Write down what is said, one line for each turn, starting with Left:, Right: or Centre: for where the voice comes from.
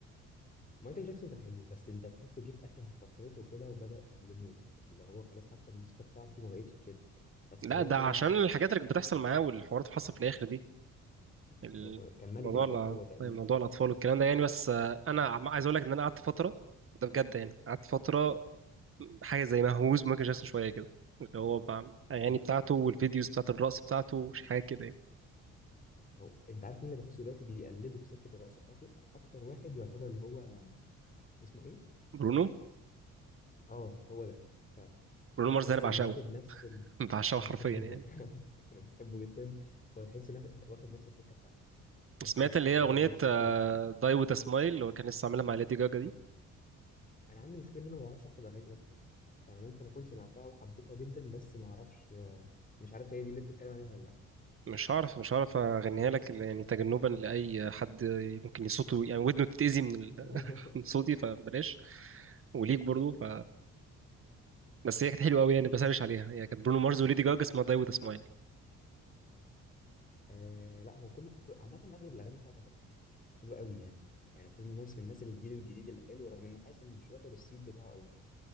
Left: مايكل جاكسون كان حلو بس انت تحس جه في اخر فترته كده وبدأ يموت اللي هو خلاص حتى الموسيقى بتاعته ما بقتش تشد بس
Right: لا
Left: هو
Right: ده
Left: طبعا
Right: عشان
Left: كان
Right: الحاجات اللي كانت بتحصل معاه والحوارات اللي حصل في الاخر دي الموضوع
Left: هو كان كان ملك البوب
Right: ال-
Left: هو تقريبا
Right: موضوع الاطفال والكلام ده يعني بس آه، انا عم- عايز اقول لك ان انا قعدت فترة ده بجد يعني قعدت فترة حاجة زي مهووس بمايكل جاكسون شوية كده اللي هو بقى- الاغاني
Left: ال-
Right: بتاعته والفيديوز بتاعت الرقص بتاعته مش حاجة كده يعني
Left: هو انت عارف مين اللي بحسه دلوقتي بيقلده بسكه الرقصه بتاعته اكتر واحد يعتبر اللي هو اسمه ايه
Right: برونو
Left: اه هو ده فعلا
Right: برونو مارس
Left: تحس
Right: ده انا بعشقه
Left: انه واخد نفس ال...
Right: <laughs> بعشقه
Left: انا
Right: حرفيا
Left: بحبه جدا
Right: يعني
Left: <laughs> انا بحبه جدا هو تحس انه واخد واخد نفس السكه بتاعته نفس
Right: سمعت
Left: الطريقه
Right: اللي هي اغنية
Left: نفس كل حاجه
Right: داي وذ سمايل اللي هو كان لسه عاملها مع ليدي جاجا دي
Left: انا عندي مشكله ان انا ما بعرفش احفظ اغاني الاسباني فانا ممكن اكون سمعتها وحبيتها جدا بس ما اعرفش مش عارف هي دي اللي بتتكلم عليها ولا لا
Right: مش هعرف مش هعرف اغنيها لك إلا يعني تجنبا لاي حد ممكن صوته يعني ودنه تتاذي من ال-
Left: <laughs>
Right: <laughs> من صوتي فبلاش وليك برضو ف بس هي كانت حلوه قوي يعني بسرش عليها هي كانت برونو مارز وليدي جاجا اسمها داي وذ سمايل
Left: آه لا هو كل كل- عامه اغلب الاغاني بتاعته حلوه حلو قوي يعني يعني برونو مارس من الناس الجيل الجديد اللي حلو رغم ان حاسس انه مش واخد الصيت بتاعه قوي